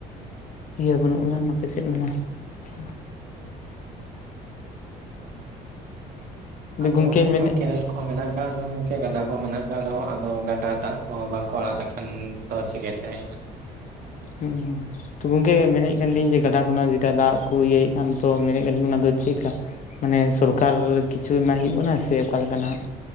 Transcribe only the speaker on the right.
<inaudible> ᱟᱫᱚ
ᱚᱱᱟ
ᱠᱮᱱᱮᱞ ᱠᱚᱦᱚᱸ ᱢᱮᱱᱟᱜ ᱟᱠᱟᱜᱼᱟ <unintelligible> ᱜᱟᱰᱟ ᱢᱮᱱᱟᱜ ᱟᱠᱟᱜ ᱨᱮᱦᱚᱸ ᱟᱫᱚ ᱜᱟᱰᱟ ᱫᱟᱜ ᱠᱚ ᱵᱟᱝᱠᱚ ᱟᱲᱟᱜ ᱞᱮᱠᱷᱟᱱ ᱫᱚ ᱪᱤᱠᱟᱹ ᱛᱮ ᱦᱟᱸᱜ ᱦᱩᱭᱩᱜᱼᱟ